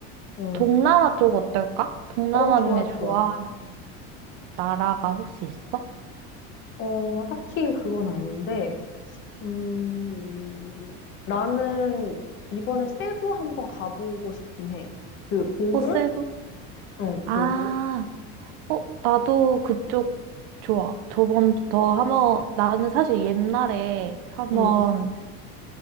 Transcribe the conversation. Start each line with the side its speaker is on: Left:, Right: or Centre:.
Left: 어,
Right: 동남아 쪽 어떨까? 동남아
Left: 어, 좋아,
Right: 중에 좋아하는
Left: 좋아.
Right: 나라가 혹시 있어?
Left: 어, 딱히 그건 아닌데, 음, 나는 이번에 세부 한번 가보고 싶긴 해. 그 보홀?
Right: 호세부?
Left: 응
Right: 아,
Left: 보홀?
Right: 어, 나도 그쪽 좋아. 저번부터 한번, 나는 사실 옛날에 한번,
Left: 응.